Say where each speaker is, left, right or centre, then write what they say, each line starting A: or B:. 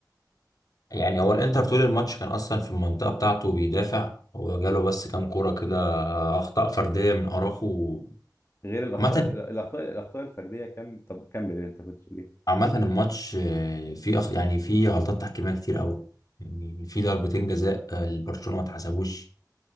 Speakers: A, on the left (about 55°); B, on the left (about 35°).
A: يعني هو الانتر طول الماتش كان اصلا في المنطقه بتاعته بيدافع هو جاله بس كام كوره كده اخطاء فرديه من اراخو
B: غير الاخطاء
A: عامه
B: الاخطاء الاخطاء الفرديه كم طب كمل انت كنت بتقول ايه
A: عامة الماتش آه، فيه أخ... يعني فيه غلطات تحكيمية كتير أوي يعني في ضربتين جزاء آه، لبرشلونة ما اتحسبوش